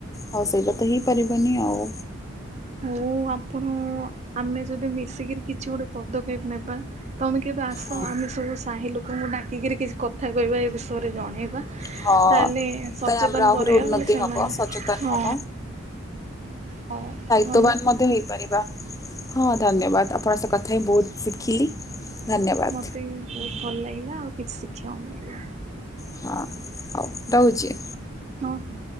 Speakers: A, on the left; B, on the right.
A: ହଉ ସେଇଟା ତ ହେଇପାରିବନି ଆଉ।
B: ମୁଁ ଆପଣ ଆମେ ଯଦି ମିଶିକିରି କିଛି ଗୋଟେ ପଦକ୍ଷେପ ନେବା। ତମେ କେବେ ଆସ
A: ହଁ
B: ଆମେ ସବୁ ସାହି ଲୋକଙ୍କୁ ଡାକିକିରି କିଛି କଥା କହିବା ଏ ବିଷୟରେ ଜଣେଇବା।
A: ହଁ
B: ତାହେଲେ ସଚେତନ
A: ତ ଆମର ଆହୁରି
B: କରେଇବା
A: ଉନ୍ନତି
B: ବୋଲି ସେମାନେ
A: ହବ ସଚେତନ
B: ହଁ।
A: ହବ
B: ହଉ ଭ।
A: ର୍ତ୍ତବାନ ମଧ୍ୟ ହୋଇପାରିବା ହଁ ଧନ୍ୟବାଦ୍ ଆପଣ ସେ କଥା ହିଁ ବହୁତ ଶିଖିଲି। ଧନ୍ୟବାଦ
B: ମତେ ବହୁତ ଭଲ ଲାଗିଲା ଆଉ କିଛି ଶିଖିବାକୁ ମିଳିଲା।
A: ହଁ ହଉ ରହୁଛି।
B: ଓହୋ।